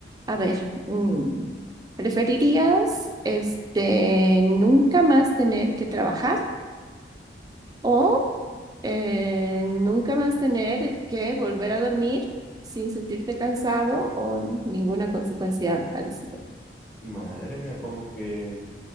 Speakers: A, on the right; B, in the centre.
A: A ver, mm, ¿preferirías este, nunca más tener que trabajar? o eh, nunca más tener que volver a dormir sin sentirte cansado o ninguna consecuencia parecida.
B: Madre mía, como que